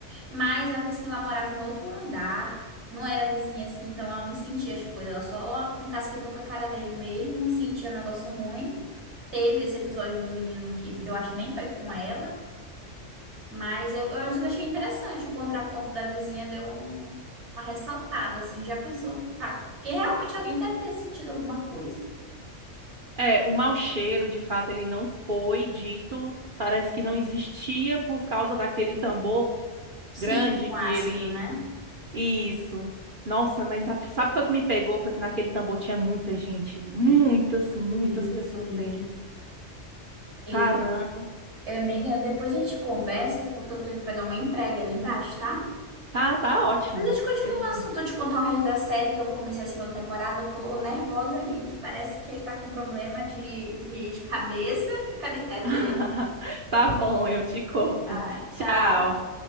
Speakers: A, on the right (about 65°); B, on the right (about 45°).
A: Mas ela disse que ela morava em outro andar, não era vizinha assim, então ela não sentia as coisas, ela só encasquetou com a cara dele mesmo, sentia um negócio ruim. Teve esse episódio do menino que, que eu acho que nem foi com ela. Mas eu, eu acho que eu achei interessante o contraponto da vizinha deu um- uma ressaltada, assim, já pensou, tá, que realmente alguém deve ter sentido alguma coisa.
B: É, o mau cheiro, de fato, ele não foi dito, parece que não existia por causa daquele tambor
A: Sim,
B: grande
A: com
B: que
A: ácido,
B: ele.
A: né?
B: Isso. Nossa, mas sabe, sabe foi o que me pegou? Foi que naquele tambor tinha muita gente,
A: De-
B: muitas, muitas
A: Deus
B: pessoas
A: o livre.
B: dentro.
A: E,
B: Caramba,
A: amiga, depois a gente conversa, porque eu tô indo pegar uma entrega ali embaixo, tá?
B: tá, tá ótimo.
A: Mas a gente continua
B: Pois é.
A: o assunto, eu te contar o resto da série, que eu comecei a segunda temporada, eu tô nervosa ali, que parece que ele tá com problema de, de de cabeça, <laughs> eu quero entender.
B: <laughs> Tá bom, eu te conto.
A: Ah, tchau.
B: Tchau.